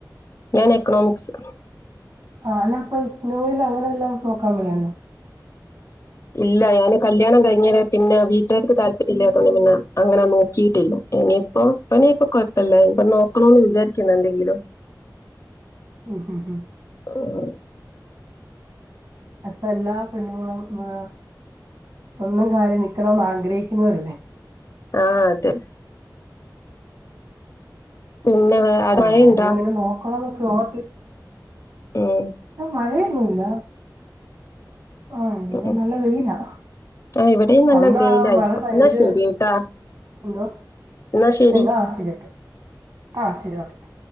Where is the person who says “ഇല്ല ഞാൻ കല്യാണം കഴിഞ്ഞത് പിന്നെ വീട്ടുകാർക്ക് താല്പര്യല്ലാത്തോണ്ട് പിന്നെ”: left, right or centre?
Left